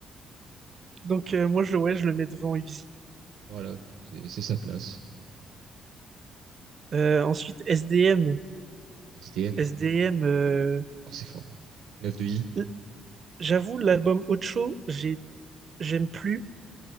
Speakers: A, on the right (about 45°); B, on the right (about 80°).
A: Donc, euh, moi, je, le- ouais, je le mets devant Uzi.
B: Voilà, c'est c'est sa place.
A: Euh, ensuite, SDM.
B: SDM,
A: SDM, euh,
B: oh, c'est fort. 9 de I,
A: l- j'avoue, l'album Ocho, j'ai, j'aime plus.